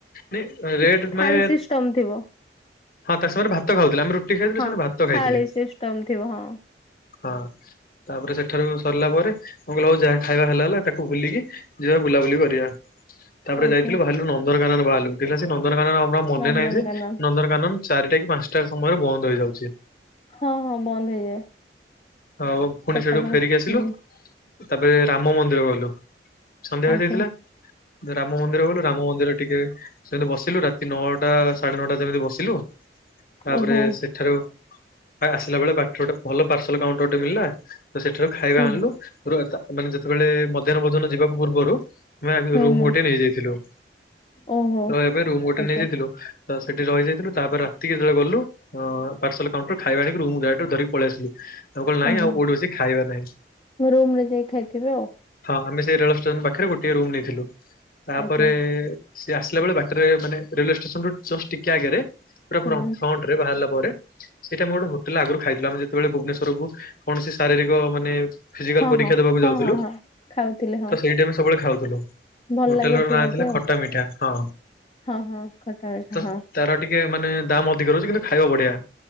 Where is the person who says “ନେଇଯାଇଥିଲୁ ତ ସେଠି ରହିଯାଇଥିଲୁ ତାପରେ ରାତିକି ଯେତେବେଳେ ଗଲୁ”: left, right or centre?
Left